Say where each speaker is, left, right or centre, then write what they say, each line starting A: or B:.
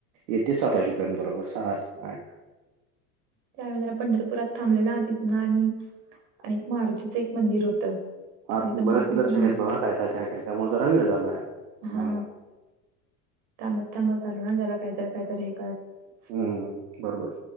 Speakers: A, on the right; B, on the right.
A: येतयं सात वाजेपर्यंत बरोबर सात, आठ <inaudible>
B: ते आम्ही जरा पंढरपुरात थांबलो ना तिथंन आणि आणि मारुतीचं एक मंदिर होतं.
A: हा
B: मग
A: तुम्ही
B: तिथं
A: बऱ्याच
B: मारुतीचं
A: दर्शन
B: मंदिर
A: घेतलायं ना काय काय काय काय त्यामुळे जरा वेळ झालाय. तुम्हाला
B: हा थांबत थांबत आलोना जरा काहीतर काहीतर हे करत
A: हम्म बरोबर